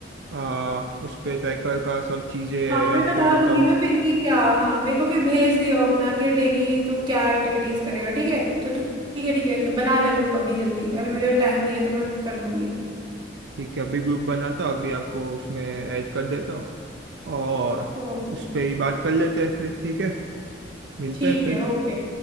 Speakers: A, on the right; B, on the right.
A: आ, उस पे ट्रैकर का सब चीज़ें ऐड
B: हाँ मैं बता
A: कर लेता
B: दूंगी
A: हूँ
B: ना फिर कि क्या हाँ मेरे को फिर भेज दियो अपना कि डेली तू क्या एक्टिविटीज करेगा ठीक है तो ठीक ठीक है ठीक है बना ले ग्रुप अभी जल्दी अभी मेरे टाइम भी है तो मैं कर लूंगी
A: ठीक है अभी ग्रुप बनाता हूँ अभी आपको उसमें ऐड कर देता हूँ और
B: ओके
A: उस पर ही बात कर लेते हैं फिर ठीक है मिलते
B: ठीक
A: हैं फिर
B: है ओके